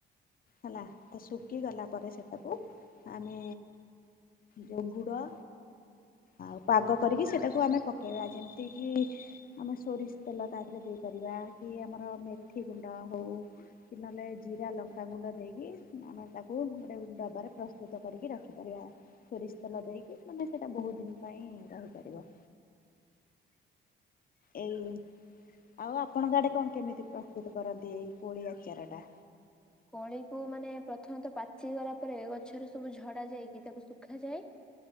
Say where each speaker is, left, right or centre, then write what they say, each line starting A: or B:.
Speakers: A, on the left (about 45°); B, in the centre.
A: ହେଲା ତ ଶୁଖିଗଲା ପରେ ସେଟାକୁ ଆମେ ଜ‌ଉ ଗୁଡ଼ ଆଉ ପାଗ କରିକି ସେଟାକୁ ଆମେ ପକେଇବା ଯେମ୍ ତି କିି ଆମେ ସୋରିଷ୍ ତେଲ ତା ଧେରେ ଦେଇପାରିବା କି ଆମର ମେଥି ଗୁଣ୍ଡ ହଉ। କି ନଲେ ଜିରା ଲଙ୍କାଗୁଣ୍ଡ ଦେଇକି ଆମେ ତା କୁ ଗୋଟେ ଡବାରେ ପ୍ରସ୍ତୁତ କରିକି ରଖିପାରିବା ସୋରିଷ ତେଲ
B: ଆଜ୍ଞା।
A: ଦେଇକି ମାନେ ସେଇଟା ବହୁତ୍ ଦିନ୍ ପାଇଁ ରହିପାରିବ। ଏଇ ଆଉ ଆପଣଙ୍କ ଆଡେ କଣ କେମିତି ପ୍ରସ୍ତୁତ କରନ୍ତି ଏଇ କୋଳି ଆଚାର ଟା?
B: କୋଳିକୁୁ ମାନେ ପ୍ରଥମତ ପାଚି ଗଲା ପରେ ଗଛରେ ସବୁ ଝଡା ଯାଇକି ତାକୁ ଶୁଖାଯାଏ।